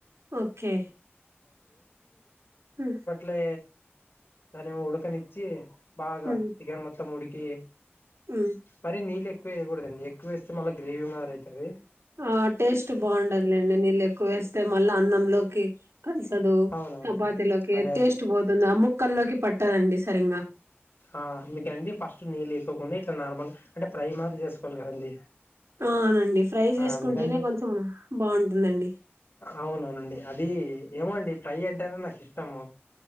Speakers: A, on the right; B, on the left.
A: ఓకే హు
B: మే దాన్నేమో ఉుడక నిచ్చి బాగా
A: హ్మ్
B: చిగన్ మొత్తం ఉడికి
A: హ్మ్
B: మరీ నీళ్ళు ఎక్కువ ఏయగూడదండి ఎక్కువ వేస్తే మళ్ళా గ్రేవీ మార అయితది
A: ఆ టేస్ట్ బాండదులేండి నీళ్లు ఎక్కువ ఏస్తే మల్లా అన్నం లోకి కంచదు
B: అవునవును
A: ఉపతి లోకి
B: అదే
A: టేస్ట్
B: అదే
A: బోతుంది ఆ ముక్కల్లోకి పట్టదండి సరింగా
B: ఆ మీకండి ఫస్ట్ నీళ్ళు ఏసుకోకుండా ఇట్లా నార్మల్ అంటే ప్రై మాది జేసుకోవాలి కదండి
A: ఆ అవునండి ఫ్రై జేసుకుంటేనే
B: ఆ అందుకని
A: కొంచెం బావుంటుందండి
B: అవునోనండి అది ఏమోండి ఫ్రై అంటేనాక్ ఇష్టము